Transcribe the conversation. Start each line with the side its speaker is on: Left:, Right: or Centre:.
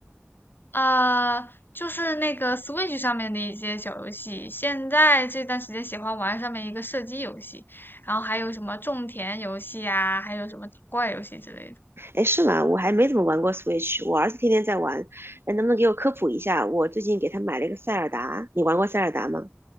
Left: 呃，就是那个 Switch 上面的一些小游戏。现在这段时间喜欢玩上面一个射击游戏，然后还有什么种田游戏啊，还有什么打怪游戏之类的。
Right: 哎，是吗？我还没怎么玩过 Switch，我儿子天天在玩。哎，能不能给我科普一下？我最近给他买了一个塞尔达，你玩过塞尔达吗？